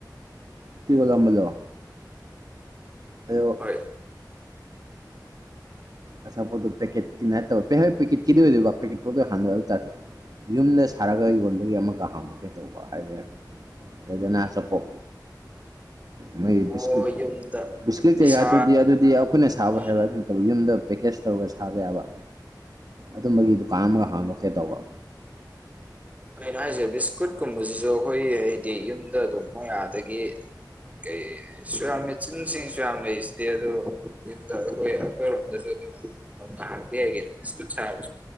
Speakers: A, on the right; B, on the right.
A: ꯇꯤ ꯂꯂꯝꯝꯕꯖ ꯍꯥꯏꯌꯨ
B: ꯍꯣꯏ
A: ꯑꯄ ꯄꯀꯦꯦꯠ ꯀ ꯍꯥꯟꯔ ꯌꯨꯝꯗ ꯁꯥꯔꯒ ꯌꯣꯟꯕꯒꯤ ꯑꯃꯒ ꯍꯥꯡꯗꯣꯛꯀꯅꯤ ꯇꯧꯕ ꯍꯥꯏꯁꯦ ꯂꯩꯗꯩꯗꯅꯥ ꯑꯆꯥꯄꯣꯠ ꯃꯣꯏ
B: ꯑꯣ
A: ꯕꯤꯁꯀꯤꯨꯠ
B: ꯌꯨꯝꯗ
A: ꯕꯤꯁꯀꯤꯠ ꯀꯩꯀꯥꯗꯨꯗꯤ
B: ꯏꯁꯥ
A: ꯑꯗꯨꯗꯤ ꯑꯩꯈꯣꯏꯅ ꯁꯥꯕ
B: ꯑꯣ
A: ꯍꯥꯏꯕꯥ ꯑꯗꯨꯝ ꯇꯧ ꯌꯨꯝꯗ ꯇꯔꯒ ꯁꯥꯕ ꯌꯥꯕ ꯑꯗꯨꯝꯕꯒꯤ ꯗꯨꯀꯥꯟ ꯑꯃꯒ ꯍꯥꯡꯗꯣꯛꯀꯦ ꯇꯧꯕ
B: ꯀꯩꯅꯣ ꯍꯥꯏꯁꯦ ꯕꯤꯁꯀꯨꯠ ꯀꯨꯝꯕꯁꯤꯁꯨ ꯑꯩꯈꯣꯏ ꯍꯥꯏꯗꯤ ꯌꯨꯝꯗ ꯑꯗꯨꯨꯝ ꯃ ꯑꯗꯒꯤ ꯀꯩ ꯁ ꯌꯥꯝ ꯃꯦꯆꯤꯟꯁꯤꯡꯁꯨ ꯌꯥꯝ ꯂꯩꯁꯤꯗꯤ ꯑ ꯑꯗꯨ ꯑꯩꯈꯣꯏ ꯑꯩꯈꯣꯏꯔꯣꯝꯗꯁꯨ ꯔꯗꯤ ꯍꯥꯏꯒꯦꯦ ꯏ ꯆꯔ